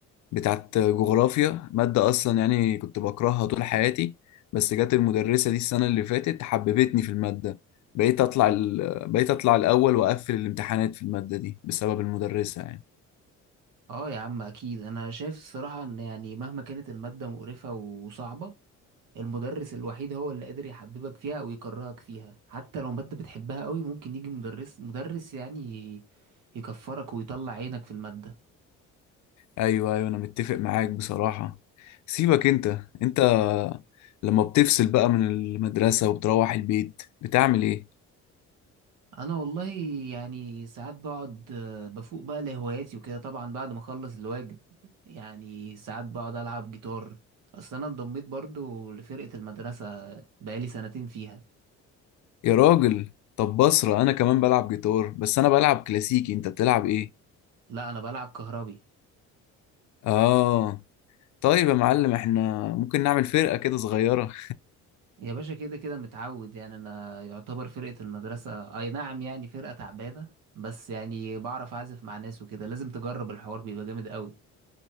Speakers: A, on the left; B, on the right.
A: بتاعت جغرافيا ماده اصلا يعني كنت بكرهها طول حياتي بس جت المدرسه دي السنه اللي فاتت حببتني في الماده بقيت اطلع ال... بقيت اطلع الاول واقفل الامتحانات في الماده دي بسبب المدرسه يعني
B: اه يا عم اكيد انا شايف الصراحة ان يعني مهما كانت المادة مقرفة وصعبة المدرس الوحيد هو اللي قادر يحببك فيها او يكرهك فيها حتى لو مادة بتحبها قوي ممكن يجي مدرس مدرس يعني ي- يكفرك ويطلع عينك في المادة
A: ايوه ايوه انا متفق معاك بصراحة سيبك انت انت لما بتفصل بقى من المدرسة وبتروح البيت بتعمل ايه
B: انا والله يعني ساعات بقعد آه، بفوق بقى لهواياتي وكده طبعا بعد ما اخلص الواجب يعني ساعات بقعد العب جيتار اصل انا انضميت برضو لفرقة المدرسة بقالي سنتين فيها
A: يا راجل طب بصرة انا كمان بلعب جيتار بس انا بلعب كلاسيكي انت بتلعب ايه
B: لا انا بلعب كهربي
A: اه طيب يا معلم احنا ممكن نعمل فرقة كده صغيرة
B: يا باشا كده كده متعود يعني انا يعتبر فرقة المدرسة اي نعم يعني فرقة تعبانة بس يعني بعرف اعزف مع ناس وكده لازم تجرب الحوار بيبقى جامد قوي